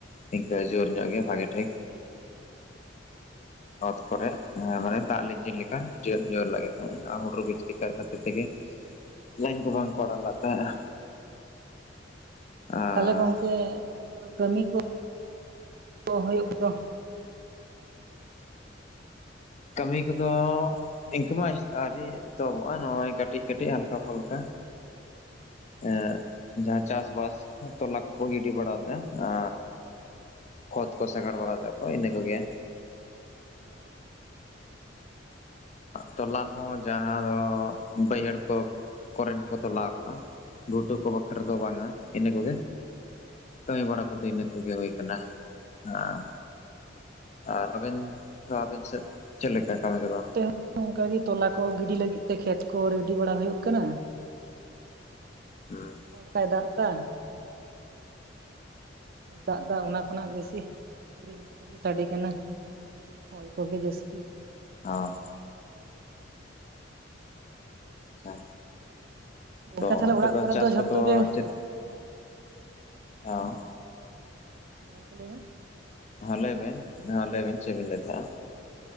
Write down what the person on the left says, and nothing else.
ᱱᱤᱝᱠᱟᱹ ᱡᱳᱨ ᱧᱚᱜ ᱜᱮ ᱵᱷᱟᱜᱮ ᱴᱷᱤᱠ ᱚᱛ ᱠᱚᱨᱮ ᱦᱮᱸ ᱢᱟᱱᱮ ᱫᱟᱜ ᱞᱤᱜᱤᱱ ᱞᱮᱠᱟ ᱡᱳᱨ ᱧᱚᱜ ᱞᱟᱜ ᱛᱟᱦᱮᱸᱱᱟ ᱟᱨ ᱦᱩᱰᱩᱨ ᱵᱤᱡᱽᱞᱤ ᱞᱮᱠᱟ ᱠᱷᱟᱹᱛᱤᱨ ᱛᱮᱜᱮ ᱞᱟᱭᱤᱱ ᱠᱚ ᱵᱟᱝ ᱠᱚ ᱟᱲᱟᱜ ᱞᱮᱜ ᱛᱟᱦᱮᱼᱟ ᱟᱨ
ᱠᱟᱹᱢᱤ ᱠᱚᱫᱚ ᱤᱱᱠᱟᱹᱢᱟ ᱟᱹᱣᱨᱤ ᱮᱛᱚᱦᱚᱵᱚᱜᱼᱟ ᱱᱚᱜᱼᱚᱭ ᱠᱟᱹᱴᱤᱡ ᱠᱟᱹᱴᱤᱡ ᱦᱟᱞᱠᱟ ᱯᱷᱟᱞᱠᱟ ᱮ ᱡᱟᱦᱟᱸ ᱪᱟᱥ ᱵᱟᱥ ᱛᱚᱞᱟ ᱠᱚᱠᱚ ᱜᱤᱰᱤ ᱵᱟᱲᱟ ᱞᱮᱫᱼᱟ ᱟᱨ ᱟ ᱚᱛ ᱠᱚ ᱥᱟᱜᱟᱲ ᱵᱟᱲᱟ ᱞᱮᱼᱟ ᱠᱚ ᱤᱱᱟᱹ ᱠᱚᱜᱮ
ᱛᱚᱞᱟ ᱦᱚᱸ ᱡᱟᱦᱟᱸ ᱫᱚ ᱵᱟᱹᱭᱦᱟᱹᱲ ᱠᱚ ᱠᱚᱨᱮᱱ ᱠᱚ ᱛᱚᱞᱟ ᱠᱟᱜᱼᱟ ᱜᱷᱩᱴᱩ ᱠᱚ ᱵᱟᱠᱷᱨᱟ ᱫᱚ ᱵᱟᱝᱼᱟ ᱤᱱᱟᱹ ᱠᱚᱜᱮ ᱠᱟᱹᱢᱤ ᱵᱟᱲᱟ ᱠᱚᱫᱚ ᱤᱱᱟᱹ ᱠᱚᱜᱮ ᱦᱩᱭ ᱠᱟᱱᱟ ᱦᱮᱸ ᱟᱨ ᱟᱹᱵᱮᱱ ᱫᱚ ᱟᱹᱵᱮᱱ ᱥᱮᱫ ᱪᱮᱫ ᱞᱮᱠᱟ? ᱠᱟᱹᱢᱤ ᱠᱚᱫᱚ
ᱦᱩᱸ
ᱚᱸ ᱚ
ᱛᱚ
ᱚᱱᱛᱮ
ᱫᱚ
ᱪᱟᱥ ᱠᱚᱫᱚ
ᱪᱮᱫ? ᱚᱸ
ᱦᱮᱸ ᱞᱟᱹᱭ ᱵᱮᱱ ᱦᱮᱸ ᱞᱟᱹᱭ ᱵᱮᱱ ᱪᱮᱜ ᱵᱮᱱ ᱞᱟᱹᱭ ᱛᱟᱦᱮᱜᱼᱟ